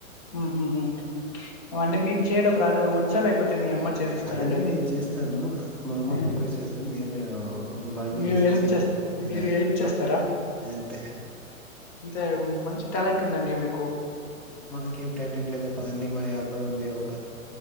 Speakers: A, on the left; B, in the centre.
A: ఉహు హు హు అంటే మీకు చేయడం రాదా వచ్చా లేకపోతే మీ అమ్మ చేసిస్తారండి
B: అవన్నీ
A: అది
B: నేను చేస్తాను మా అమ్మ
A: ఉమ్,
B: ప్రిపేర్ చేస్తుంది నేను బాండీ
A: మీరు
B: వేసేసి
A: హెల్ప్ చేస్ మీరు
B: ఆ
A: హెల్ప్ చేస్తారా
B: అంతే
A: అంతే మంచి టాలెంట్ ఉందండి మీకు
B: మాకేం టాలెంట్ లేదప్ప అన్ని మా అబ్బాయి ఉంది ఒక